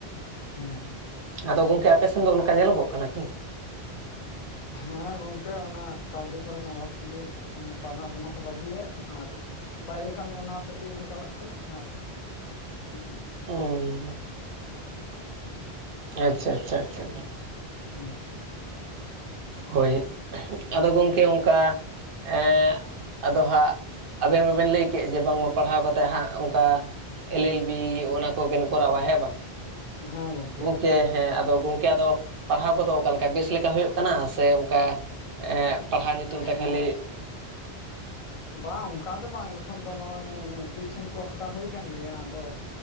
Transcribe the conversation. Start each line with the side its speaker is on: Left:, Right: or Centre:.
Left: ᱦᱮᱸ
Right: ᱟᱫᱚ ᱜᱚᱝᱠᱮ ᱟᱯᱮᱥᱮᱱ ᱫᱚ ᱚᱱᱠᱟ ᱧᱮᱞᱚᱜᱚᱜ ᱠᱟᱱᱟ ᱠᱤ
Left: ᱦᱮᱸ ᱜᱚᱝᱠᱮ ᱚᱱᱟ ᱠᱟᱹᱣᱰᱤ ᱠᱚᱨᱮᱱᱟᱜ ᱚᱵᱷᱟᱯ ᱛᱮᱜᱤᱼᱼ ᱮᱱᱠᱷᱟᱱ ᱫᱚ ᱯᱟᱲᱦᱟᱣ ᱠᱚᱢᱟ ᱠᱚ ᱵᱟᱹᱜᱤᱭᱮᱫ ᱟᱨ ᱵᱟᱭᱨᱮ ᱠᱟᱹᱢᱤ ᱚᱱᱟ ᱦᱚᱛᱮᱫ ᱛᱮᱜᱮ ᱠᱚ ᱪᱟᱞᱟᱜ ᱠᱟᱱᱟ, ᱟᱨᱼᱼ ᱦᱩᱸ
Right: ᱚᱸ ᱟᱪᱪᱷᱟ-ᱟᱪᱪᱷᱟ-ᱟᱪᱪᱷᱟ
Left: ᱩᱸ
Right: ᱦᱳᱭ ᱟᱫᱚ ᱜᱚᱝᱠᱮ ᱚᱱᱠᱟ ᱮᱸ ᱟᱫᱚ ᱦᱟᱸᱜᱼᱼ ᱟᱵᱮᱱ ᱢᱟᱵᱮᱱ ᱞᱟᱹᱭ ᱠᱮᱫ ᱡᱮ ᱵᱟᱝᱢᱟ ᱯᱟᱲᱦᱟᱣ ᱠᱟᱛᱼᱼ ᱛᱮ ᱦᱟᱸᱜ ᱚᱝᱠᱟ ᱮᱞ-ᱮᱞ-ᱵᱤ ᱚᱱᱟ ᱠᱚᱵᱮᱱ ᱠᱚᱨᱟᱣᱟ ᱦᱮᱸ ᱵᱟᱝ,
Left: ᱦᱮᱸ ᱜᱚᱝᱠᱮᱼᱼ
Right: ᱪᱮ ᱦᱮᱸ ᱟᱫᱚ ᱜᱚᱝᱠᱮ ᱟᱫᱚ ᱯᱟᱲᱦᱟᱣ ᱠᱚᱫᱚ ᱚᱠᱟᱞᱮᱠᱟ ᱵᱮᱥ ᱞᱮᱠᱟ ᱦᱩᱭᱩᱜ ᱠᱟᱱᱟ ᱥᱮ ᱚᱱᱠᱟᱼᱼ ᱮᱸ ᱯᱟᱲᱦᱟᱣ ᱧᱩᱛᱩᱢ
Left: ᱦᱮᱸ
Right: ᱛᱮ ᱠᱷᱟᱹᱞᱤᱼᱼ
Left: ᱵᱟᱝ ᱚᱝᱠᱟ ᱫᱚ ᱵᱟᱝ ᱮᱠᱷᱚᱱ ᱫᱚ ᱱᱚᱜ-ᱚᱭ ᱴᱤᱭᱩᱥᱚᱱ ᱠᱚ ᱦᱟᱛᱟᱣ ᱦᱩᱭ ᱠᱟᱱ ᱜᱮᱭᱟ, ᱟᱫᱚᱼᱼ